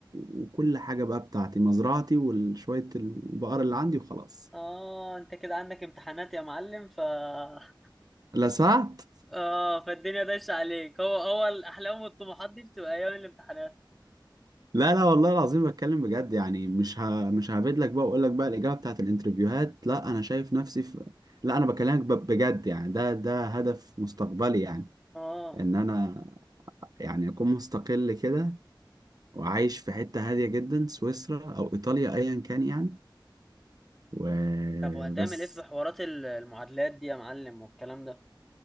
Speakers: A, on the right; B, in the centre.
A: وكل حاجة بقى بتاعتي مزرعتي وشوية البقر اللي عندي وخلاص
B: اه انت كده عندك امتحانات يا معلم ف <laughs>
A: لا سعت
B: اه فالدنيا دايسه عليك هو هو الاحلام والطموحات دي بتبقى ايام الامتحانات
A: لا لا والله العظيم بتكلم بجد يعني مش ه... مش هفيد لك بقى واقول لك بقى الاجابه بتاعت الانترفيوهات لا انا شايف نفسي في لا انا بكلمك ب... بجد يعني ده ده هدف مستقبلي يعني
B: اه
A: ان انا يعني اكون مستقل كده وعايش في حته هاديه جدا سويسرا او ايطاليا ايا كان يعني وبس
B: طب وهتعمل ايه في حوارات ال- المعادلات دي يا معلم والكلام ده